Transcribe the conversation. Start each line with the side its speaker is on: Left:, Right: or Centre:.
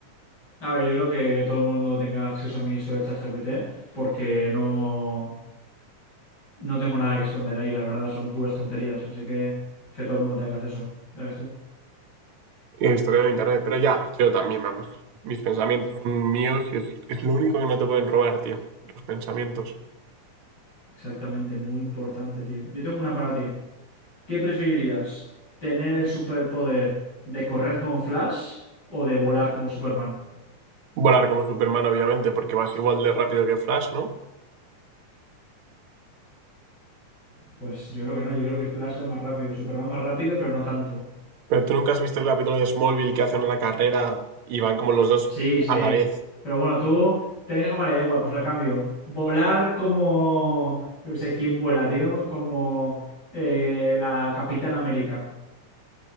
Left: A ver, yo creo que, que todo el mundo tenga acceso a mi historia de ChatGPT porque no, no tengo nada que esconder ahí, la verdad, son puras tonterías. Así que que todo el mundo tenga acceso. Ya ves tú.
Right: historiador de internet, pero ya, yo también, vamos. Mis pensamientos son míos y es, es lo único que no te pueden robar, tío. Los pensamientos.
Left: Exactamente, muy importante, tío. Yo tengo una para ti. ¿Qué preferirías? ¿Tener el superpoder de correr como Flash o de volar como Superman?
Right: Volar como Superman, obviamente, porque vas igual de rápido que Flash, ¿no?
Left: Pues yo creo que no, yo creo que Flash va más rápido, Superman más rápido, pero no tanto.
Right: Pero tú nunca has visto el capítulo de Smallville que hacen una carrera y van como los dos
Left: Sí, sí.
Right: a la vez.
Left: Pero bueno, tú... tenés- Vale, da igual, pues la cambio. Volar como... Yo qué sé, ¿quién vuela, tío? Como eh, la Capitana América.